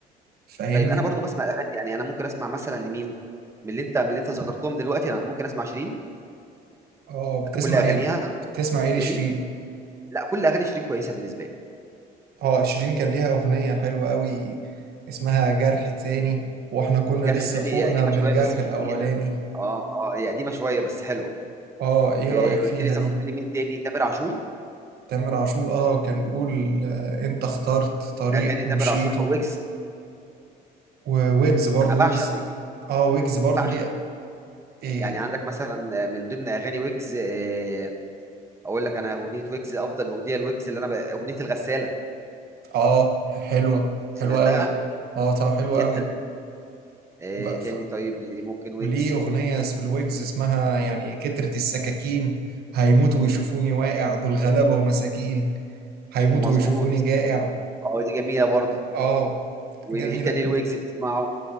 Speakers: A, on the right; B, on the right.
A: فاهمني
B: طيب أنا برضو بسمع الأغاني يعني أنا ممكن أسمع مثلا لمين من اللي أنت من اللي أنت ذكرتهم دلوقتي أنا ممكن أسمع شيرين
A: اه بتسمع
B: كل أغانيها
A: ايه بتسمع
B: بالنسبة
A: ايه لشيرين
B: لي لا كل أغاني شيرين كويسة بالنسبة لي
A: اه شيرين كان ليها اغنية حلوة قوي اسمها جرح تاني واحنا كنا
B: جرح
A: لسه
B: تاني
A: فوقنا
B: هي قديمة
A: من
B: شوية
A: الجرح
B: بس
A: الاولاني
B: جميلة اه اه هي قديمة شوية بس حلوة
A: اه ايه
B: إيه
A: رأيك
B: قلت
A: فيها
B: لي ذكرت
A: دي
B: لي مين تاني تامر عاشور
A: تامر عاشور اه كان بيقول آه، انت اخترت طريق
B: أغاني
A: ومشيته
B: تامر عاشور بقى ويجز
A: وويجز برضو
B: انا بعشق
A: ويجز
B: ويجز
A: اه ويجز برضو
B: بعشق
A: ليه
B: ويجز
A: إيه
B: يعني عندك مثلا من ضمن اغاني ويجز آه، اقول لك انا اغنيه ويجز افضل اغنيه لويجز اللي انا ب... اغنيه الغساله
A: اه حلوة حلوة
B: سمعتها
A: قوي اه طب حلوة
B: جدا آه،
A: قوي
B: ايه تاني طيب اللي ممكن ويجز
A: وليه أغنية س- الويجز اسمها يعني كترة السكاكين هيموتوا ويشوفوني واقع دول غلابة ومساكين هيموتوا
B: مظبوط
A: ويشوفوني جائع
B: اه دي جميله برضه
A: اه
B: وايه
A: جميلة
B: تاني الويجز بتسمعه